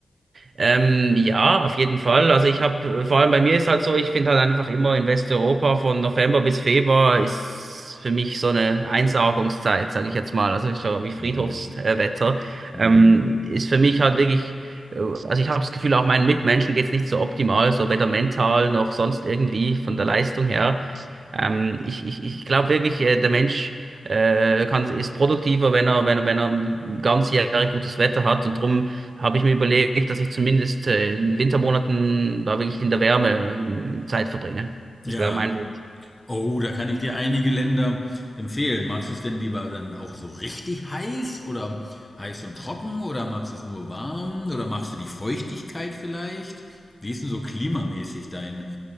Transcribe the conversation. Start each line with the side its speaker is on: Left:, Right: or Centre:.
Right: Ähm, ja, auf jeden Fall. Also ich habe, vor allem bei mir ist halt so, ich finde halt einfach immer in Westeuropa von November bis Februar ist für mich so eine Einsargungszeit, sage ich jetzt mal. Also ist so wie Friedhofswetter.
Left: Mhm. Mhm.
Right: Ähm, ist für mich halt wirklich, äh, also ich habe das Gefühl, auch meinen Mitmenschen geht's nicht so optimal, so weder mental noch sonst irgendwie von der Leistung her. Ähm, ich ich, ich glaube wirklich, äh, der Mensch äh, kann, ist produktiver, wenn er, wenn er, wenn er ganz Jahre gutes Wetter hat. Und darum habe ich mir überlegt, dass ich zumindest äh, in Wintermonaten da wirklich in der Wärme ähm, Zeit verbringe. Das
Left: Ja,
Right: wäre mein Wunsch.
Left: Oh, da kann ich dir einige Länder empfehlen. Magst du es denn lieber dann auch so richtig heiß oder heiß und trocken oder magst du es nur warm oder magst du die Feuchtigkeit vielleicht? Wie ist denn so klimamäßig dein,